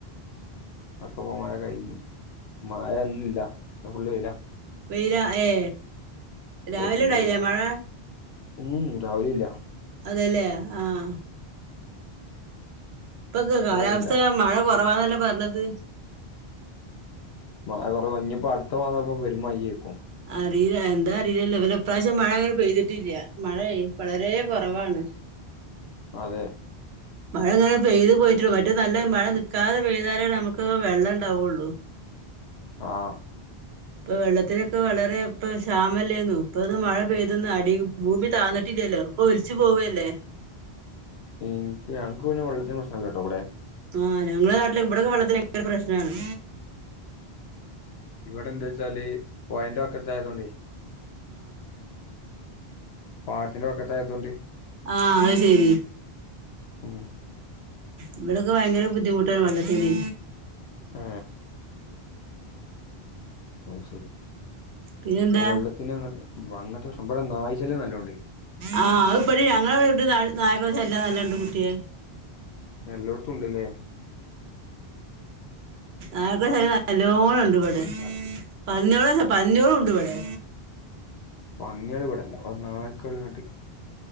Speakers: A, on the left; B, on the right.
A: അക്കപ്പ മഴ കഴിഞ് മഴ ഇന്നില്ല ഇന്ന് ഫുള്ള് വെയിലാ.
B: വെയില ഏ രാവിലെണ്ടായില്ലേ
A: പെരും വെയിലാ
B: മഴ.
A: ഉം രാവിലില്ല.
B: അതല്ലേ ആഹ. പ്പൊക്കെ
A: ഇപ്പൊ
B: കാലാവസ്ഥ
A: വെയിലാ
B: മഴ കുറവാന്നല്ലേ പറഞ്ഞത്.
A: ആ കുറവ ഞ്ഞിപ്പോ അടുത്ത മാസംപ്പ പെരും മയയ്ക്കും.
B: അറില്ല എന്താ അറിലല്ലൊ വല പ്ര്രാവശ്യം മഴ ങ്ങനെ പെയ്തിട്ടില്ല. മഴയ് വളരെ കുറവാണ്.
A: അതെ.
B: മഴങ്ങനെ പെയ്ത് പോയിട്ടുള്ളു മറ്റ നല്ല മഴ നിക്കാതെ പെയ്താലല്ലേ നമുക്ക് വെള്ളണ്ടാവുള്ളു. <inaudible>
A: ആഹ.
B: പ്പൊ വെള്ളത്തിനൊക്കെ വളരെപ്പ ശ്യാമല്ലേന്നു ഇപ്പന്ന് മഴ പെയ്തന്ന് അടി ഭൂമി താന്നിട്ടില്ലല്ലോ ഒക്ക ഒൽച്ചു പോവല്ലേ. <inaudible>
A: മ്.. ഞങ്ങക്ക് പിന്നെ വെള്ളത്തിന് പ്രശ്നല്ലട്ടോ വടെ.
B: ആ ഞങ്ങളെ നാട്ടില ഇവിടൊക്കെ വെള്ളത്തിന് ഭയങ്കര പ്രശ്നാണ്
A: ഇവിടെ എന്താ വച്ചാല് പോയിന്റ വക്ക ത്ത ആയതോണ്ടേ പാടത്തിന്റെ വക്കത്തായതോണ്ട്
B: ആആ അത് ശരി
A: ഉം
B: ഇവിടൊക്കെ ഭയങ്കര ബുദ്ധിമുട്ടാണ് വെള്ളത്തിന്
A: ആ അ ശരി
B: പിന്നെന്താ
A: വെള്ളത്തിന് അങ്ങ അങ്ങനത്തെ ഇവിടെ നായ് ശല്യം നല്ലൊണ്ട്
B: ആഹ് അത് പടി ഞങ്ങളെ വിടെ നായക്കളെ ശലൃം നല്ലൊണ്ട് കുട്ടിയെ
A: എല്ലായിടത്തും ഉണ്ട്ലേ
B: ആ നല്ലോണം ഉണ്ട്പടെ
A: സാധ്യത
B: പന്നിളുംപന്നിളും ഉണ്ട്വിടെ
A: പന്നിയേൾ ഇവിടല്ല ഒ നായ്ക്കൾ ങ്ങട്